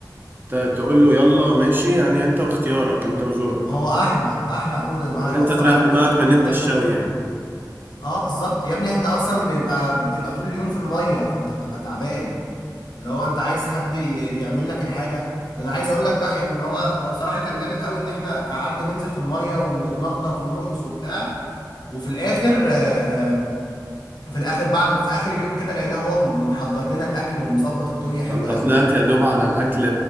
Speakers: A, on the right; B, on the left.
A: ت... تقول له يلا ماشي يعني انت واختيارك انت وذوقك
B: هو احلى احلى يا حوده انه
A: ان
B: هيوفر
A: انت تريح
B: عليك
A: دماغك
B: حته
A: من
B: انك
A: انت
B: تعمل
A: الشوي يعني
B: اه بالظبط يا ابني انت اصلا بيبقى بتبقى طول اليوم في الميه فانت بتبقى تعبان اللي هو انت عايز حد ي- يعمل لك الحاجه ده انا عايز اقول لك بقى يعني ان هو هو بصراحه كان جامد قوي ان احنا قعدنا ننزل في الميه ونتنطط ونرقص وبتاع وفي الاخر آه، في الاخر بعد في اخر اليوم كده لقيناه هو محضر لنا الاكل ومظبط الدنيا حلوه
A: انت
B: قوي
A: طلعت يا دوب على الاكل